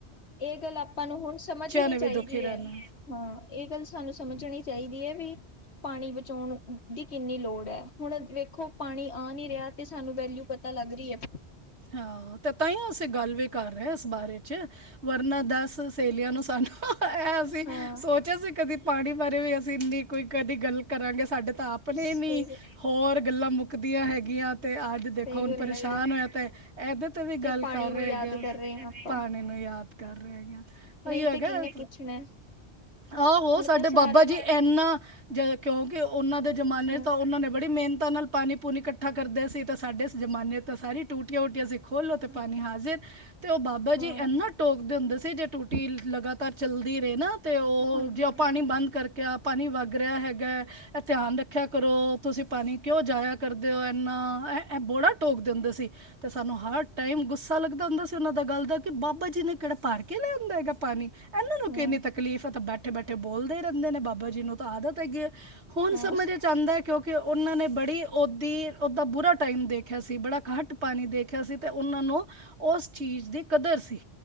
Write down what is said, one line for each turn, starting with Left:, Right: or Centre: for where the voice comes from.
Left: ਏ ਗੱਲ ਆਪਾਂ ਨੂੰ ਹੁਣ ਸਮਝਣੀ
Right: ਨੇ
Left: ਚਾਇਦੀ
Right: ਵੀ ਦੁਖੀ ਰਹਿਣਾ
Left: ਏ ਹਾਂ ਏ ਗੱਲ ਸਾਨੂੰ ਸਮਝਣੀ ਚਾਇਦੀ ਏ ਵੀ ਪਾਨੀ ਬਚਾਓਣ ਦੀ ਕਿੰਨੀ ਲੋੜ ਐ ਹੁਣ ਵੇਖੋ ਪਾਣੀ ਆ ਨੀ ਰੇਆ ਤੇ ਸਾਨੂੰ ਵੈਲਯੂ ਪਤਾ ਲੱਗ ਰੀ ਐ।
Right: ਹਾਂ ਤੇ ਤਾਂਇਓ ਅਸੀਂ ਗੱਲ ਵੀ ਕਰ ਰੇ ਆ ਇਸ ਬਾਰੇ ਚ ਵਰਨਾ ਦੱਸ ਸਹੇਲੀਆਂ ਨੂੰ ਸਾਨੂੰ ਐ ਅਸੀਂ
Left: ਹਨਾ
Right: ਸੋਚਿਆ ਸੀ ਕਦੀ ਪਾਣੀ ਬਾਰੇ ਵੀ ਅਸੀਂ ਇੰਨੀ ਕੋਈ ਕਦੀ ਗੱਲ ਕਰਾਂਗੇ ਸਾਡੇ ਤਾਂ ਆਪਣੇ
Left: ਸਹੀ
Right: ਨੀ ਹੋਰ ਗੱਲਾਂ ਮੁੱਕਦੀਆਂ ਹੈਗੀਆਂ। ਅਤੇ ਅੱਜ ਦੇਖੋ
Left: ਸਹੀ
Right: ਹੁਣ
Left: ਗੱਲ
Right: ਪਰੇਸ਼ਾਨ
Left: ਹੈ ਯਾਰ
Right: ਹੋਏ ਆ ਤੇ ਐਦੇ ਤੇ ਵੀ ਗੱਲ
Left: ਪਾਣੀ
Right: ਕਰ ਰੇ
Left: ਨੂੰ ਯਾਦ
Right: ਹੈਗੇ ਆਂ
Left: ਕਰ ਰਹੇ ਹਾਂ ਆਪਾਂ
Right: ਪਾਣੀ ਨੂੰ ਯਾਦ ਕਰ ਰੇ-ਪਾਨੀ ਨੂੰ ਯਾਦ ਕਰ ਰਏ ਹੈਗੇ ਆਂ।
Left: ਨਹੀਂ
Right: ਐਈ ਓ ਹੈਗਾ।
Left: ਤੇ ਕਿੰਨੇ ਪੁੱਛਣਾ
Right: ਆ ਹੋ
Left: ਹੁਣ
Right: ਸਾਡੇ
Left: ਤਾਂ ਸਾਰਿਆਂ
Right: ਬਾਬਾ ਜੀ
Left: ਨੂੰ
Right: ਐਨਾ ਜ ਕਿਉਂਕਿ ਓਨਾਂ ਦੇ ਜ਼ਮਾਨੇ
Left: ਹਾਂ
Right: ਚ ਤਾਂ ਓਨਾਂ ਨੇ ਬੜੀ ਮੇਨਤਾਂ ਨਾਲ ਪਾਨੀ-ਪੂਨੀ ਕੱਠਾ ਕਰਦੇ ਸੀ ਤਾਂ ਸਾਡੇ ਜ਼ਮਾਨੇ ਤਾਂ ਸਾਰੀ ਟੂਟੀਆਂ-ਵੂਟੀਆਂ ਸੀ। ਖੋਲੋ ਤੇ
Left: ਹਾਂ
Right: ਪਾਨੀ ਆਜੇ ਤੇ ਓ ਬਾਬਾ
Left: ਹਾਂ
Right: ਜੀ ਐਨਾ ਟੋਕਦੇ ਹੁੰਦੇ ਸੀ ਜੇ ਟੂਟੀ ਲਗਾਤਾਰ- ਚੱਲਦੀ ਰੇ ਨਾ ਤੇ ਓ
Left: ਹਾਂ
Right: ਜੇ ਓ ਪਾਨੀ ਬੰਦ ਕਰਕੇ ਆ ਪਾਨੀ ਵੱਗ ਰਿਹਾ ਹੈਗਾ। ਐ ਧਿਆਨ ਰੱਖਿਆ ਕਰੋ ਤੁਸੀਂ ਪਾਣੀ ਕਿਉਂ ਜਾਇਆ ਕਰਦੇ ਓ ਏਨਾਂ ਐ। ਐ ਬੋੜਾ ਟੋਕਦੇ ਹੁੰਦੇ ਸੀ। ਤੇ ਸਾਨੂੰ ਹਰ ਟਾਈਮ ਗੁੱਸਾ ਲੱਗਦਾ ਹੁੰਦਾ ਸੀ ਓਨਾਂ ਦਾ ਗੱਲ ਦਾ ਕਿ ਬਾਬਾ ਜੀ ਨੇ ਕੇੜਾ ਭਰ ਕੇ ਲਿਆਂਦਾ ਹੈਗਾ ਪਾਨੀ ਏਨਾਂ ਨੂੰ
Left: ਹਾਂ
Right: ਕਿਉਂ ਏਨੀਂ ਤਕਲੀਫ਼ ਐ, ਤਾਂ ਬੈਠੇ-ਬੈਠੇ ਬੋਲਦੇ ਈ ਰੈਂਦੇ ਨੇ ਬਾਬਾ ਜੀ ਨੂੰ ਤਾਂ ਆਦਤ ਹੈਗੀ ਹੁਨ
Left: ਹਾਂ
Right: ਸਮਝ 'ਚ ਆਂਦਾ ਐ ਕਿਉਂਕਿ ਓਨਾਂ ਨੇ ਬੜੀ ਓਦੀ ਓਦਾ ਬੁਰਾ ਟਾਈਮ ਦੇਖਿਆ ਸੀ ਬੜਾ ਘੱਟ ਪਾਨੀ ਦੇਖਿਆ ਸੀ ਤੇ ਓਨਾਂ ਨੂੰ ਓਸ ਚੀਜ਼ ਦੀ ਕਦਰ ਸੀ